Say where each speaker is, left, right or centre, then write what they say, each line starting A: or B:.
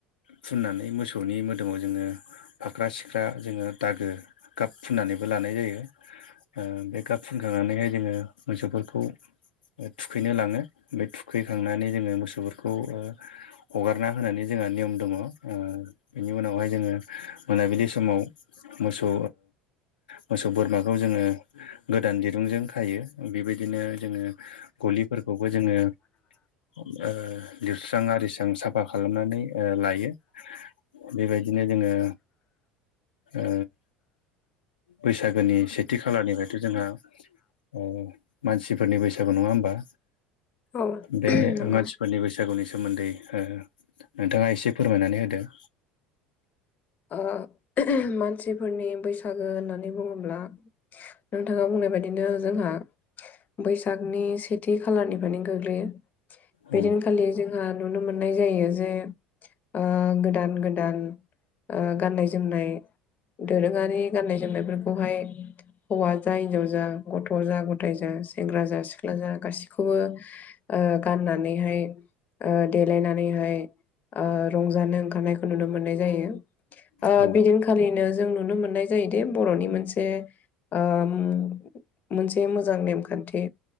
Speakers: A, on the left; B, on the left.
A: फुननानै मोसौनि मोदोमाव जोङो फाख्रा सिख्रा जोङो दागो गाब फुननानैबो लानाय जायो ओ बे गाब फुंखांनानैहाय जोङो मोसौफोरखौ थुखैनो लाङो बे थुखैखांनानै जोङो मोसौफोरखौ हगारना होनानै जोंहा नियम दङ ओ बेनि उनावहाय जोङो मोनाबिलि समाव मोसौ मोसौ बोरमाखौ जोङो गोदान दिरुंजों खायो बेबायदिनो जोङो गलिफोरखौबो जोङो ओ लिरस्रां आरिस्रां साफा खालामनानै ओ लायो बेबायदिनो जोङो ओ बैसागोनि सेथि खालारनिफ्रायथ' जोंहा ओ मानसिफोरनि बैसागु नङा होमबा
B: औ
A: बे
B: नंगौ
A: मानसिफोरनि बैसागुनि सोमोनदै ओ नोंथांआ एसे फोरमायनानै होदो
B: ओ उम मानसिफोरनि बैसागो होननानै बुङोब्ला नोंथांआ बुंनाय बायदिनो जोंहा बैसागनि सेथि खालारनिफ्रायनो गोग्लैयो
A: औ
B: बेदिनखालि जोंहा नुनो मोननाय जायो जे ओ गोदान गोदान ओ गाननाय जोमनाय दोरोंआरि गाननाय जोमनायफोरखौहाय हौवा जा हिनजाव जा गथ' जा गथाय जा सेंग्रा जा सिख्ला जा गासैखौबो ओ गाननानैहाय ओ देलायनानैहाय ओ रंजानो ओंखारनायखौ नुनो मोननाय जायो ओ
A: औ
B: बिदिनखालिनो जों नुनो मोननाय जायोदि बर'नि मोनसे ओम मोनसे मोजां नेमखानथि